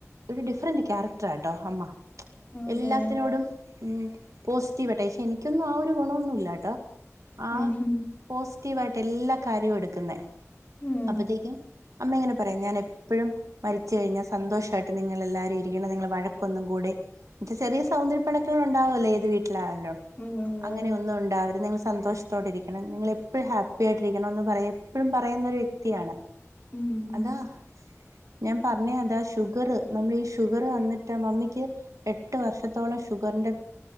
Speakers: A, on the right; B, on the left.
A: ഒരു ഡിഫറന്റ് ക്യാരക്ടർാട്ടോ അമ്മ എല്ലാത്തിനോടും
B: അതെ
A: ഉം പോസിറ്റീവട്ടെ പക്ഷെ എനിക്കൊന്നും ആ ഒരു ഗുണൊന്നുല്ല ട്ടോ ആ
B: ഉം ഉം
A: പോസി റ്റിവായിട്ട് എല്ലാ കാര്യവും എടുക്കുന്നെ
B: ഉം
A: അപ്പത്തേക്കും അമ്മ ഇങ്ങനെ പറയാം ഞാൻ എപ്പഴും മരിച്ച കഴിഞ്ഞാൽ സന്തോഷായിട്ട് നിങ്ങളെല്ലാരും ഇരിക്കണം നിങ്ങള് വഴക്കൊന്നും കൂടെ ച്ച് ചെറിയ സൗന്ദര്യ പിണക്കങ്ങൾ ഉണ്ടാവും അല്ലേ ഏത് വീട്ടിലായാലും
B: ഉം അതെ
A: അങ്ങനെ ഒന്നും ഉണ്ടാവര്ത് നിങ്ങള് സന്തോഷത്തോടെ ഇരിക്കണം നിങ്ങ എപ്പോഴും ഹാപ്പി ആയിട്ടിരിക്കണം എന്ന് പറയാ എപ്പോഴും പറയുന്ന ഒരു വ്യക്തിയാണ്
B: ഉം ഉം
A: അതാ ഞാൻ പറഞ്ഞ അതാ ഷുഗർ നമ്മൾ ഈ ഷുഗർ വന്നിട്ട് മമ്മിക്ക് എട്ട് വർഷത്തോളം ഷുഗർ ണ്ട